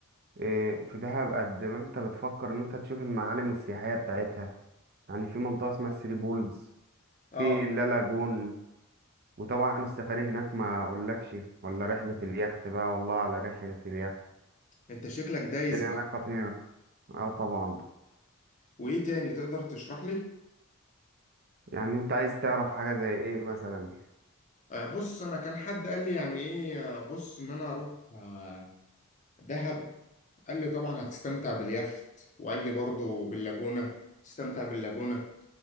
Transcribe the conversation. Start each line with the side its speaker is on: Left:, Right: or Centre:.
Right: إيه في دهب قد ما انت بتفكر ان انت تشوف المعالم السياحية بتاعتها يعني في منطقة اسمها الثري بولز
Left: اه
Right: في لالاجون وطبعا السفاري هناك ما اقولكش ولا رحلة اليخت بقى والله على رحلة اليخت
Left: انت شكلك دايس
Right: الدنيا
Left: بقى
Right: هناك خطيرة اه طبعا
Left: وايه تاني تقدر تشرح لي
Right: يعني انت عايز تعرف حاجة زي ايه مثلا
Left: آه، بص انا كان حد قال لي يعني ايه آه، بص ان انا اروح آه، دهب قال لي طبعا هتستمتع باليخت وقال لي برضو باللاجونة تستمتع باللاجونة